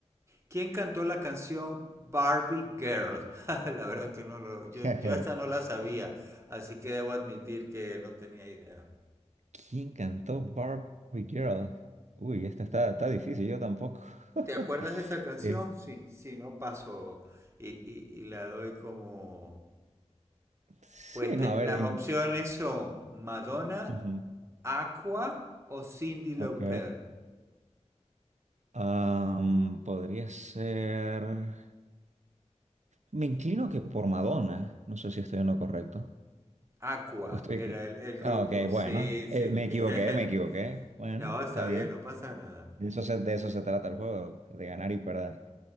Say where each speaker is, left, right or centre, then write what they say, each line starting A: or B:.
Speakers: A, on the right; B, on the right.
A: ¿quién cantó la canción Barbie Girl? <laughs> la verdad que no lo, yo,
B: <laughs>
A: yo esta no la sabía, así que debo admitir que no tenía idea.
B: ¿Quién cantó Barbie Girl? Uy, esta está, está difícil, yo tampoco. <laughs>
A: ¿Te acuerdas de esa canción?
B: Eh,
A: Sí, sí, no paso y, y, y la doy como
B: Sí,
A: Pues te-
B: no, a ver.
A: las
B: in-
A: opciones son Madonna,
B: ujú,
A: Aqua o Cindy Lauper.
B: Ok. Am, podría ser. Me inclino que por Madonna. No sé si estoy en lo correcto.
A: Aqua
B: O estoy
A: era
B: equivo-
A: el, el
B: Ah,
A: grupo.
B: Ok,
A: Sí,
B: bueno. eh,
A: sí.
B: me
A: <laughs>
B: equivoqué, me equivoqué. Bueno,
A: No, está
B: está bien.
A: bien, no pasa nada.
B: De eso se, de eso se trata el juego, de ganar y perder.